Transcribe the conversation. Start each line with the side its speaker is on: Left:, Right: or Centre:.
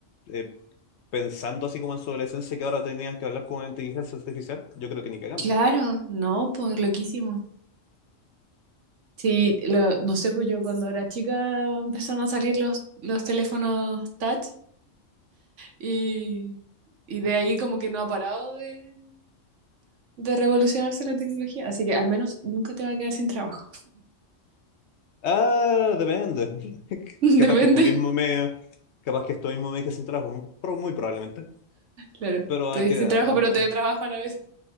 Left: eh, pensando así como en su adolescencia que ahora tenían que hablar con inteligencia artificial. Yo creo que ni cagando.
Right: Claro, no, pues loquísimo. Sí, lo- no sé, pues yo cuando era chica empezaron a salir los, los teléfonos touch y, y de ahí como que no ha parado de, de revolucionarse la tecnología. Así que al menos nunca te va a quedar sin trabajo.
Left: Ah, depende. <laughs>
Right: <laughs>
Left: Capaz
Right: Depende,
Left: que esto mismo me, capaz que esto mismo me deje sin trabajo, pro- muy probablemente.
Right: claro.
Left: pero
Right: Te
Left: hay
Right: dije
Left: que,
Right: sin
Left: a-
Right: trabajo,
Left: a-
Right: pero te trabajo a la vez.